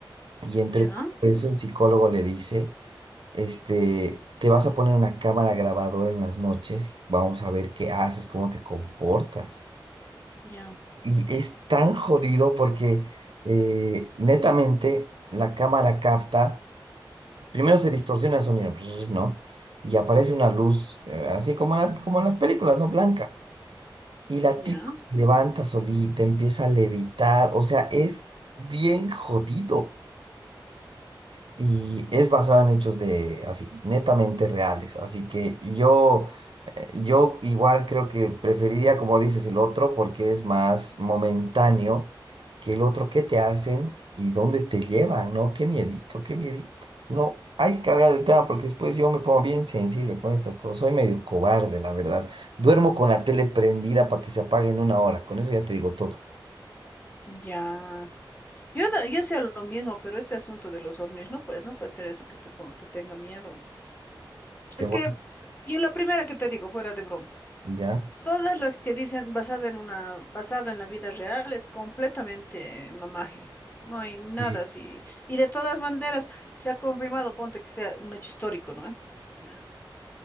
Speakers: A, on the right; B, on the left.
A: Y entre
B: Ya,
A: todo eso, el psicólogo le dice, este, te vas a poner una cámara grabadora en las noches, vamos a ver qué haces, cómo te comportas.
B: ya.
A: Y es tan jodido porque eh, netamente la cámara capta, primero se distorsiona el sonido, <laughs> <smacks lips> ¿no? Y aparece una luz, eh, así como, en la- como en las películas, ¿no? Blanca. Y la
B: Ya,
A: tipa se levanta solita, empieza a levitar, o sea, es bien jodido. y es basado en hechos de así, netamente reales. Así que yo, eh, yo igual creo que preferiría, como dices, el otro porque es más momentáneo que el otro que te hacen y dónde te llevan, ¿no? Qué miedito, qué miedito. No, hay que cambiar de tema porque después yo me pongo bien sensible con estas cosas. Soy medio cobarde, la verdad. Duermo con la tele prendida para que se apague en una hora. Con eso ya te digo todo.
B: ya. Yo, da- yo hacía lo mismo, pero este asunto de los ovnis, no pues, no puede ser eso que te, pon- te tenga miedo.
A: Te
B: Es
A: voy,
B: que yo la primera que te digo, fuera de broma,
A: ¿ya?
B: todas las que dicen basada en una, basado en la vida real es completamente mamaje. No hay nada
A: Sí.
B: así. Y de todas maneras, se ha confirmado, ponte que sea un hecho histórico, ¿no? ¿Eh? O sea,